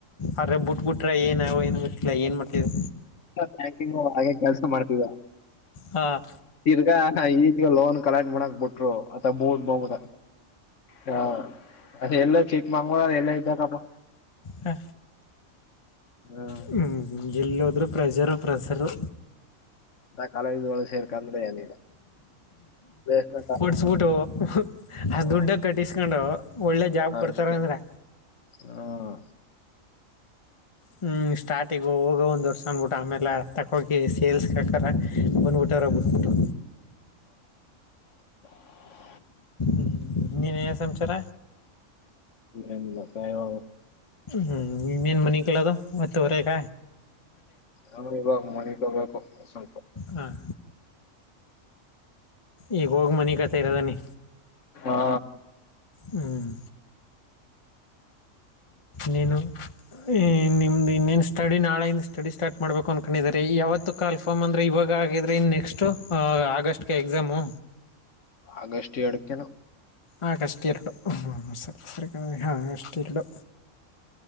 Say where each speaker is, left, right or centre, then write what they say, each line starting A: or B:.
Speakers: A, on the left (about 25°); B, on the left (about 70°).
A: ಆದ್ರ ಬ ಬುಟ್ಬ ಬುಟ್ರೆ ಏನು ಏನು ಗೊತ್ತಿಲ್ಲ ಏನ್ ಮಾಡ್ತಿದರು.
B: ಪ್ಯಾಕಿಂಗ ಹಾಗೆ ಕೆಲ್ಸ ಮಾಡ್ತಿದ
A: ಹಾಂ
B: ತಿರ್ಗಾ ಈ ಈಗ ಲೋನ್ ಕಲೆಕ್ಟ್ ಮಾಡಕ್ ಬಿಟ್ರು ಅ <unintelligible> ಬಟ್ ಬ ಹಾ ಅದ ಎಲ್ಲ ಚಿಕ್ಕಮಂಗೂಳರಲ್ಲ ಎಲ್ಲ ಇದ್ದಕ್ಕಪ್ಪ.
A: ಹ
B: ಹ್ಮ್
A: ಹ್ಮ ಹ್ಮ್ ಎಲ್ಲ ಹೋದ್ರು ಪ್ರೆಜರು ಪ್ರೆಸರು.
B: ಕಾಲೇಜೋಳಗ ಸೇರ್ಕಂದ್ರೆ ಏನಿಲ್ಲ. ಬೇಸ್ಮೆಂಟ್
A: ಕೊಡ್ಸ್ಬಿಟ್ಟು ಆ
B: ಹ್ಮ
A: ದುಡ್ಡೆ ಕಟ್ಟಿಸ್ಕೊಂಡು. ಒಳ್ಳೆ ಜಾಬ್
B: ಅಷ್ಟೇ
A: ಕೊಡ್ತಾರ ಅಂದ್ರೆ.
B: ಹ್ಮ
A: ಹ್ಮ್ ಸ್ಟಾರ್ಟಿಗ ಹೋಗ ಒಂದ್ ವರ್ಷ ಅನ್ಬಿಟ್ಟು ಆಮೇಲ ಹತ್ತಕೋಗಿ ಸೇಲ್ಸ್ಕಕರ. ಅಮಾರ ಊಟರ ಬಿಟ್ಟ ಬಿಟ್ಟು
B: <inaudible>
A: ಹ್ಮ್ಮ್ ಹಿನ್ನೆನೆನ ಸಮಚಾರ.
B: ಏನೀಲಪ್ಪ ಹೇಳ್ಬೇಕು.
A: ಹ್ಮ್ ಇನ್ನೇನ್ ಮನಿಕಳದು ಮತ್ತ ಹೊರಗ.
B: ಅವ್ರ ಇವಾಗ ಮಣಿಕಬೇಕು ಸ್ವಲ್ಪ.
A: ಹಾಂ ಈಗ ಹೋಗಿ ಮನಿಕತೀರೋದನಿ.
B: ಹಾ
A: ಹ್ಮ್ ನೀನು ಈ ನಿಮ್ದ ಇನ್ನನ್ ಸ್ಟಡಿ ನಾಳೆಯಿಂದ ಸ್ಟಡಿ ಸ್ಟಾರ್ಟ್ ಮಾಡ್ಬೇಕು ಅನ್ಕೊಂಡಿದ್ದಿರಿ ಯಾವತ್ತ ಕಾಲ್ಫಾರ್ಮ್ ಅಂದ್ರೆ ಇವಾಗ ಆಗಿದ್ರಿ ನೆಕ್ಸ್ಟ್ ಆ ಆಗಸ್ಟ್. ಎಕ್ಸಾಮು.
B: ಅಗಸ್ಟ್ ಎರಡಕ್ಕೆನೊ.
A: ಆಗಸ್ಟ್ ಎರಡು ಹ್ಮ್ಮ್ ಸರಿ ಸರಿ <unintelligible> ಅಗಸ್ಟ್ ಎರಡು.